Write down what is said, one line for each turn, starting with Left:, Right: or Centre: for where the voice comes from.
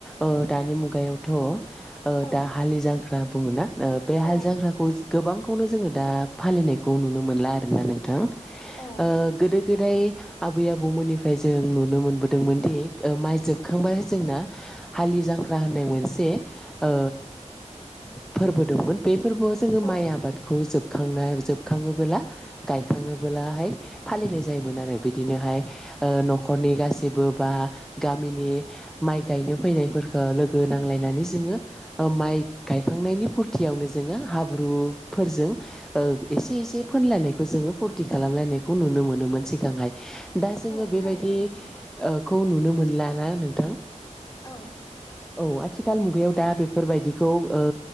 Centre: ओ दानि मुगायावथ'
Left: औ
Centre: दा हालि जांख्रा बुङो ना बे हाल
Left: औ
Centre: जांख्राखौ गोबांखौनो जोङो दा फालिनायखौ नुनो मोनला आरोना नोंथां।
Left: औ
Centre: ओ गोदो गोदाय आबै आबौमोननिफ्राय जों नुनो मोनबोदोंमोन दि माइ जोबखांबा जोंना हालि जांख्रा होननाय मोनसे ओ फोरबो दंमोन। बे फोरबोआव जोङो
Left: औ
Centre: माइ आबादखौ जोब खांनाय जोबखाङोबोला गायखाङोबोलाहाय फालिनाय जायोमोन आरो। बिदिनोहाय ओ न'खरनि गासिबो बा गामिनि माइ गायनो फैनाय फोरखौ लोगो नांलायनानै जोङो माइ गायखांनायनि फुरथियावनो जोङो हाब्रु फोरजों एसे एसे फोनलायनायखौ जोङो फुरथि खालामलायनायखौ नुनो मोनोमोन सिगांहाय। दा जोङो
Left: औ
Centre: बेबायदिखौ
Left: थारैनो नोंथां
Centre: नुनो मोनलाना नोंथां?
Left: औ।
Centre: औ। आथिखाल मुगायाव दा बेफोरबायदिखौ ओ